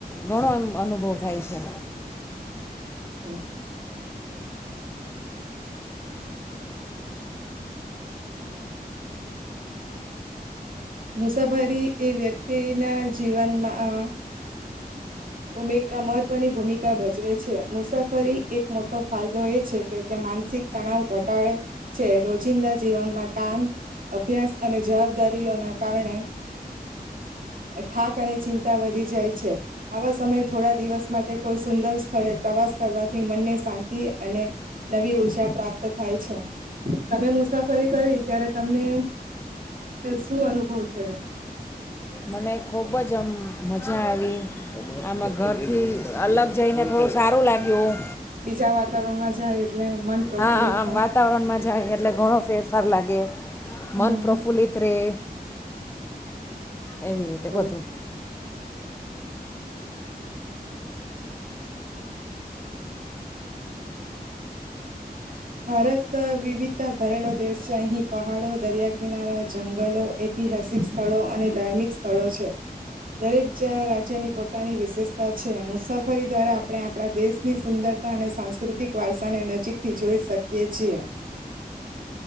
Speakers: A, on the left; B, on the right.
A: ઘણો એમ અનુભવ થાય છે.
B: હમ. મુસાફરી એ વ્યક્તિના જીવનમાં આ ભૂમિકા મહત્વની ભૂમિકા ભજવે છે. મુસાફરી એક મોટો ફાયદો એ છે કે તે માનસિક તણાવ ઘટાડે છે રોજિંદા જીવનમાં કામ અભ્યાસ અને જવાબદારીઓના કારણે થાક અને ચિંતા વધી જાય છે આવા સમયે થોડા દિવસ માટે કોઈ સુંદર સ્થળે પ્રવાસ કરવાથી મનને શાંતિ અને નવી ઊર્જા પ્રાપ્ત થાય છે. તમે મુસાફરી કરી ત્યારે તમને શું અનુભવ થ
A: મને ખુબ જ આમ મજા આવી આમાં ઘરથી અલગ જઈને થોડું સારું લાગ્યું.
B: બીજા વાતાવરણમાં જાય એટલે મન પ્રફુલ્લિત
A: હા આમ
B: થાય
A: વાતાવરણમાં જાય એટલે ઘણો ફેરફાર લાગે
B: હમ
A: મન પ્રફુલ્લિત રહેે એવી રીતે
B: ઓકે.
A: બધું
B: ભારત વિવિધતા ભરેલો દેશ છે અહીં પહાડો દરિયા કિનારા જંગલો ઐતિહાસિક સ્થળો અને ધાર્મિક સ્થળો છે દરેક રાજ્યની પોતાની વિશેષતા છે મુસાફરી દ્વારા આપણે આપણા દેશની સુંદરતા અને સાંસ્કૃતિક વારસાને નજીક થી જોઈ શકીએ છીએ.